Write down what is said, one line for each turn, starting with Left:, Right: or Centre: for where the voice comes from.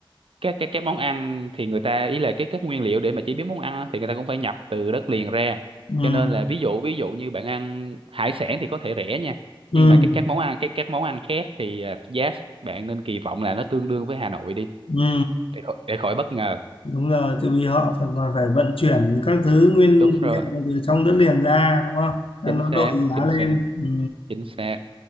Right: các cái các món ăn thì người ta ý là cái các nguyên liệu để mà chế biến món ăn á, thì người ta cũng phải nhập từ đất liền ra
Left: ừ,
Right: cho nên là ví dụ ví dụ như bạn ăn hải sản thì có thể rẻ nha
Left: ừ,
Right: nhưng mà các các món ăn các các món ăn khác thì à, giá bạn nên kỳ vọng là nó tương đương với Hà Nội đi
Left: ừ.
Right: để khỏi, để khỏi bất ngờ
Left: Đúng rồi, tại vì họ phải còn phải vận chuyển các thứ nguyên
Right: đúng
Left: vật
Right: rồi
Left: liệu từ trong đất liền ra đúng không? nên
Right: chính
Left: nó
Right: xác
Left: đội giá
Right: chính
Left: lên.
Right: xác
Left: Ừ.
Right: chính xác